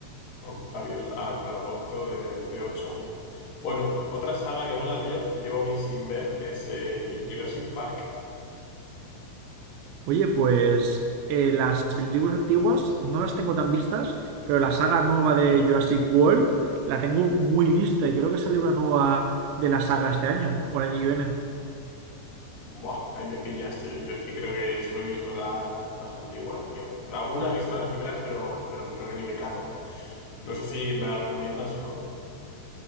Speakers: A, on the left (about 55°); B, on the right (about 80°).
A: Octavius, ah, claro, Octo de, de 8. Bueno, otra saga que mola, tío, que llevo mil sin ver, es eh, Ju- Jurassic Park.
B: Oye, pues eh, las películas antiguas no las tengo tan vistas, pero la saga nueva de Jurassic World la tengo muy vista y creo que sale una nueva de la saga este año o el año que viene.
A: Buah, ahí me pillas, tío. Yo es que creo que solo he visto las, las antiguas, tío. Alguna he visto las primeras, pero, pero creo que ni me cato. No sé si me las recomiendas o no.